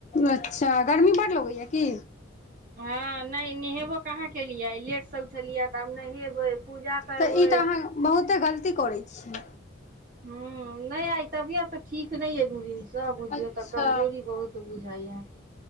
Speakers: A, on the left; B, on the right.
A: अच्छा गर्मी बड्ड लगैय के
B: हँ नहि नहेबो कहाँ केलियै लेटसँ उठेलियै तऽ आब नहेबै पूजा करबै
A: तऽ ई तऽ अहाँ बहुते गलती करै छी
B: हँ नहि आइ तबियत ठीक नहि य हुँ सब बुझियऔ
A: अच्छा
B: तऽ कमजोरी बहुत बुझाइया